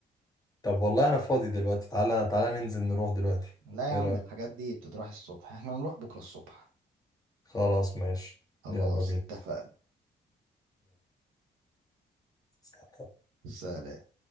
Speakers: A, on the left; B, on the right.
A: طب والله أنا فاضي دلوقتي تعالى تعالى ننزل نروح دلوقتي
B: لا يا
A: إيه
B: عم
A: رأيك؟
B: الحاجات دي بتتراح الصبح احنا هنروح بكرة الصبح
A: خلاص ماشي
B: خلاص
A: يلا بينا
B: اتفقنا
A: يلا
B: سلام